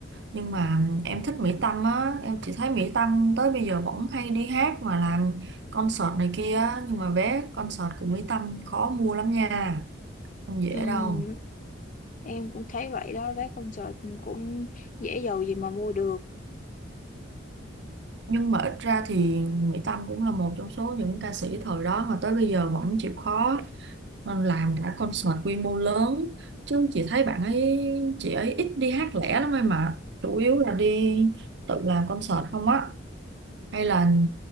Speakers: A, on the right; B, on the left.
A: nhưng mà em thích Mỹ Tâm á em chỉ thấy Mỹ Tâm tới bây giờ vẫn hay đi hát mà làm concert này kia á nhưng mà vé concert của Mỹ Tâm khó mua lắm nha không dễ
B: Ừm,
A: đâu
B: em cũng thấy vậy đó vé concert cũng dễ giàu gì mà mua được
A: nhưng mà ít ra thì Mỹ Tâm cũng là một trong số những ca sĩ thời đó mà tới bây giờ vẫn chịu khó làm cả concert quy mô lớn chứ chị thấy bạn ấy chị ấy ít đi hát lẻ lắm em mà chủ yếu là đi tự làm concert không á hay là